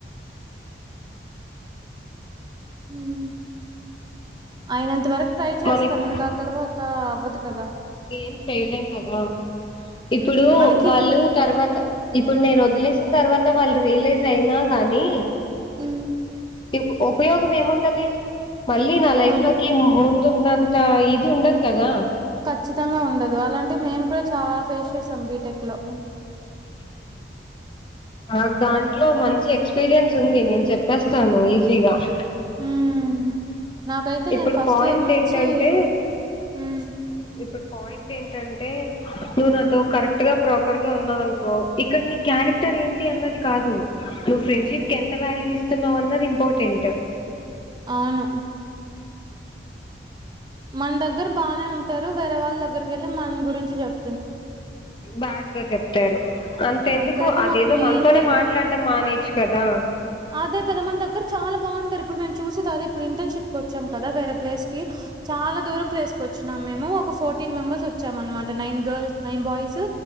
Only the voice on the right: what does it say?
హుమ్ అయినంత వరకు ట్రై చేస్తాం
ఇంకా తర్వాత అవ్వదు కదా
మనకి
ఉమ్
ఉమ్
ఖచ్చితంగా ఉండదు అలాంటే మేము కూడా చాలా ఫేస్ చేస్ తం బీటెక్ లో
హ్మ్. నాకైతే
నేను ఫస్ట్
ఇయర్ నుంచి
మ్మ్
అవును మన దగ్గర బానే ఉంటారు వేరే వాళ్ళ దగ్గరికి వెళ్ళి మన గురించి చెప్
ఆ!
ఇక్కడైతే
మాకు మెయిన్
థింగ్
అదే కదా మన దగ్గర చాలా బాగుంటారు ఇప్పుడు మేము చూసేది అదే ఇప్పుడు ఇంటర్న్షిప్ కి వచ్చాం కదా వేరే ప్లేస్ కి చాలా దూరం ప్లేస్ కు వచ్చినాం మేము ఒక ఫోర్టీన్ మెంబర్స్ వచ్చాం అన్నమాట nine girls nine boys